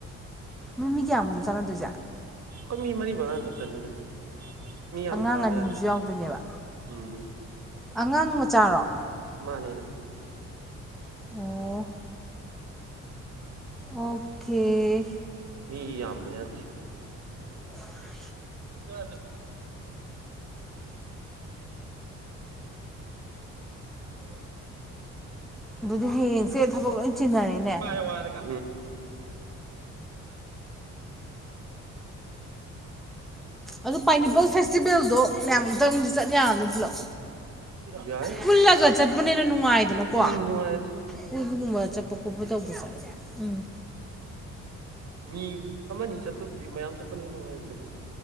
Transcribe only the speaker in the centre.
ꯅꯣꯏ ꯃꯤ ꯀꯌꯥꯝ ꯃꯨꯛꯅꯣ ꯆꯥꯟꯅꯗꯣꯏꯁꯦ
ꯑꯉꯥꯡ
ꯑꯅꯤ
ꯑꯃꯁꯨ ꯌꯥꯎꯗꯣꯏꯅꯦꯕ
ꯑꯉꯥꯡ ꯃꯆꯥꯔꯣ
ꯑꯣ ꯑꯣꯐ ꯀꯦ
<unintelligible>
ꯑꯗꯨꯗꯤ ꯍꯌꯦꯡꯁꯦ ꯊꯕꯛ ꯂꯣꯏ ꯆꯤꯟꯅꯔꯦꯅꯦ
ꯑꯗꯣ ꯄꯥꯏꯅꯦꯄꯜ ꯐꯦꯁꯇꯤꯚꯦꯜꯗꯣ ꯃꯌꯥꯝ ꯑꯃꯝꯇꯪꯗꯤ ꯆꯠ ꯌꯥꯔꯅꯤ ꯄꯨꯂꯞ
ꯄꯨꯜꯂꯒ ꯆꯠꯄꯅꯦꯅ ꯅꯨꯡꯉꯥꯏꯗꯅꯀꯣ
ꯀꯣꯏꯕꯒꯨꯝꯕ ꯆꯠꯄ ꯈꯣꯠꯄ ꯇꯧꯕꯁꯦ ꯎꯝ